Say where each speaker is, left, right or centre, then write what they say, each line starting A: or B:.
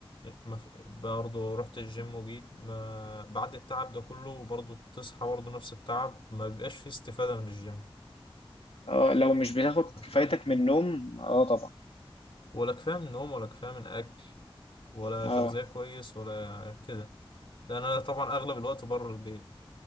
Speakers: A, on the left; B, on the left.
A: ما في برضه رحت الجيم وجيت ما بعد التعب ده كله برضه تصحى برضه نفس التعب ما بيبقاش فيه استفادة من الجيم
B: اه لو مش بتاخد كفايتك
A: فاهم
B: من النوم اه طبعا
A: ولا كفاية من نوم ولا كفاية من أكل ولا
B: اه
A: تغذية كويس ولا كده لأن أنا طبعا أغلب الوقت بره البيت